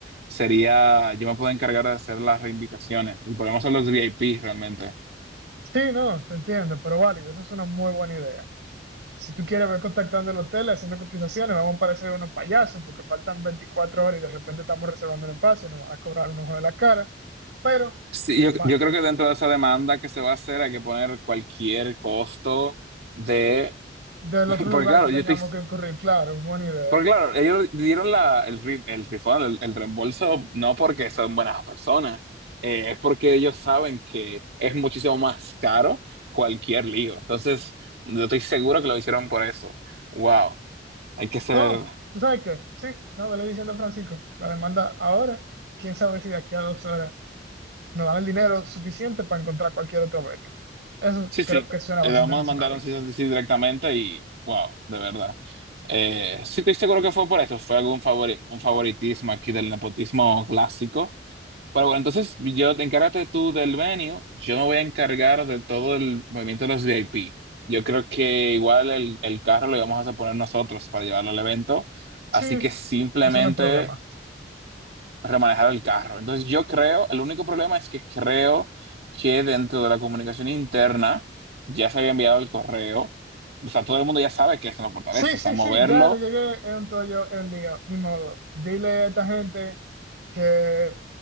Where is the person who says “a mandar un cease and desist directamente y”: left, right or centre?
Right